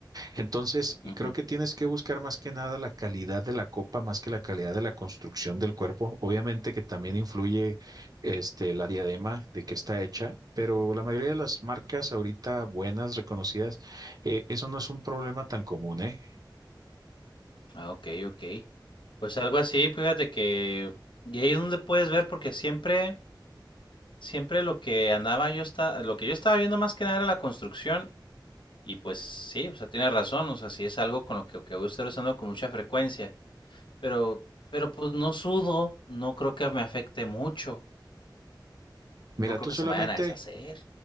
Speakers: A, on the right (about 50°); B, on the left (about 80°).
A: Entonces, y
B: Ujú.
A: creo que tienes que buscar más que nada la calidad de la copa, más que la calidad de la construcción del cuerpo. Obviamente que también influye este, la diadema de que está hecha, pero la mayoría de las marcas ahorita buenas, reconocidas, eh, eso no es un problema tan común, ¿eh?
B: Ah, ok, ok. Pues algo así, fíjate que. Y ahí es donde puedes ver, porque siempre, siempre lo que andaba yo está, lo que yo estaba viendo más que nada era la construcción Y pues sí, o sea, tiene razón, o sea, sí es algo con lo que, que voy a estar usando con mucha frecuencia, pero, pero pues no sudo, no creo que me afecte mucho,
A: Mira,
B: no creo
A: tú
B: que
A: solamente,
B: se me vayan a deshacer.